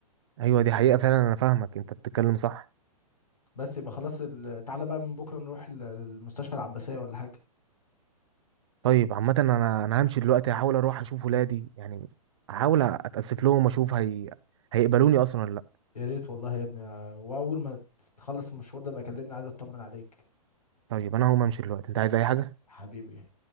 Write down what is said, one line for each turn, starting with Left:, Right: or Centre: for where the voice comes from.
Right: ايوه دي حقيقه فعلا انا فاهمك انت بتتكلم صح
Left: بس يبقى خلاص ال... تعالى بقى من بكره نروح لل- للمستشفى العباسيه ولا حاجه
Right: طيب عامه انا انا همشي دلوقتي هحاول اروح اشوف ولادي يعني احاول اتاسف لهم واشوف هي... هيقبلوني اصلا ولا لا
Left: يا ريت والله يا ابني آه، واول ما تخلص المشوار ده بقى كلمني عايز اطمن عليك
Right: طيب انا هقوم امشي دلوقتي انت عايز اي حاجه
Left: حبيبي